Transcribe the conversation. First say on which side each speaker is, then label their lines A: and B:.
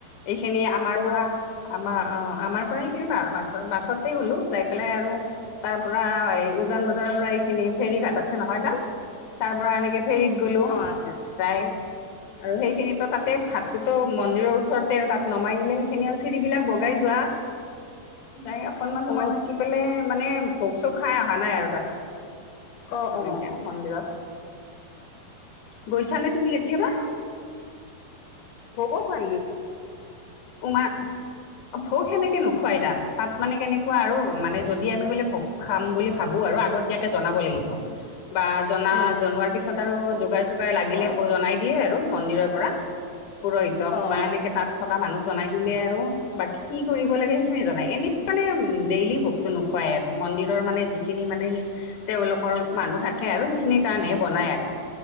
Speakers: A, on the left (about 55°); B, on the left (about 75°).
A: এইখিনি আমাৰ
B: অ
A: পৰা! আমা অ আমাৰ পৰাই এইখিনি বা বা বাছতে গ'লো, যাই পেলাই আৰু! তাৰ পৰা এই উজান বজাৰৰ পৰা এইখিনি ফেৰী ঘাট আছে নহয় না? তাৰ পৰা এনেকে ফেৰীত গলো
B: অ আছে
A: যাই। আৰু সেইখিনিতো তাতে ভাত ততো মন্দিৰৰ ওচৰতে আৰু তাত নমাই দিলে সেইখিনি আৰু চিৰিবিলাক বগাই যোৱা। যাই অকনমান সময়
B: অ
A: থাকি পেলে মানে ভোগ চোক খাই অহা নাই আৰু তাত।
B: অ
A: এনেকে
B: অ
A: মন্দিৰত। গৈছা নে তুমি কেতিয়াবা?
B: ভোগো খোৱাই নেকি?
A: উমা অ ভোক সেনেকে নোখুৱাই তাত। তাত মানে কেনেকুৱা আৰু মানে যদি আমি বোলে ভোগ খাম বুলি ভাবো আৰু আগতীয়াকে জনাব লাগিব বা জনা
B: অ
A: জনোৱাৰ পিছত আৰু যোগাৰ চোগাৰ লাগিলে জনাই দিয়ে আৰু মন্দিৰৰ পৰা। পুৰোহিতক
B: অ
A: বা এনেকে তাত তা মানুক জনাই দিলে আৰু বাকি কি কৰিব লাগে সেইখিনি জানাই? এনে মানে ডেইলি ভোগতো নু খুৱাই আৰু। মন্দিৰৰ মানে যিখিনি মানে তেওঁলোকৰ মানুহ থাকে আৰু সেইখিনিৰ কাৰণে বনাই আৰু।